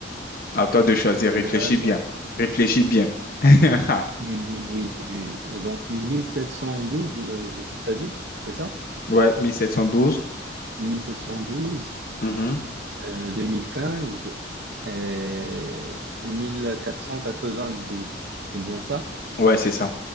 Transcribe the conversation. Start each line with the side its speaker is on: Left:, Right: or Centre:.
Left: À toi de choisir. Réfléchis
Right: D'accord.
Left: bien. Réfléchis bien. <laughs>
Right: Mhm, oui, oui, oui. Et Donc, 1712, vous avez, t'as dit, c'est ça?
Left: Ouais, 1712.
Right: 1712,
Left: Mhm.
Right: euh, 2015 et 1492. C'est bien ça?
Left: Ouais, c'est ça.